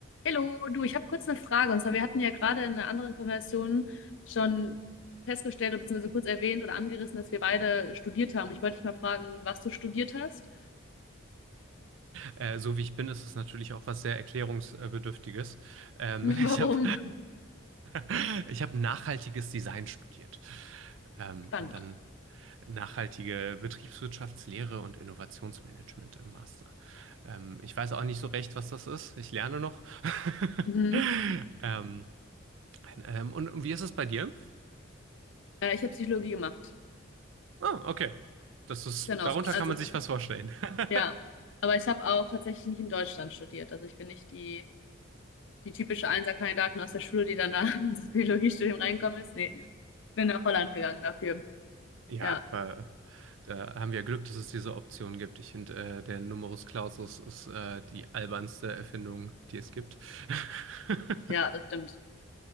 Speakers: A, on the left; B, on the right.
A: Hallo, du, ich habe kurz eine Frage. Und zwar, wir hatten ja gerade in einer anderen Konversation schon festgestellt, oder beziehungsweise kurz erwähnt oder angerissen, dass wir beide studiert haben. Ich wollte dich mal fragen, was du studiert hast
B: Äh, so wie ich bin, ist es natürlich auch was sehr Erklärungsbedürftiges. Ähm,
A: und
B: <laughs>
A: <laughs>
B: ich habe
A: warum.
B: <laughs> ich hab nachhaltiges Design studiert. Ähm,
A: Spannend.
B: und dann nachhaltige Betriebswirtschaftslehre und Innovationsmanagement im Master. Ähm, ich weiß auch nicht so recht, was das ist. Ich lerne noch.
A: Mhm.
B: <laughs> Ähm, ähm, und wie ist es bei dir?
A: Äh, ich habe Psychologie gemacht.
B: Ah, okay. Das ist,
A: Genau.
B: darunter
A: Also,
B: kann man sich was vorstellen. <laughs>
A: ja. Aber ich habe auch tatsächlich nicht in Deutschland studiert. Also, ich bin nicht die, die typische Einserkandidatin aus der Schule, die dann da <laughs> ins Biologiestudium reingekommen ist. Nee, bin nach Holland gegangen dafür.
B: Ja,
A: Ja,
B: aber da haben wir Glück, dass es diese Option gibt. Ich finde, äh, der Numerus Clausus ist äh, die albernste Erfindung, die es gibt. <laughs>
A: ja, das stimmt.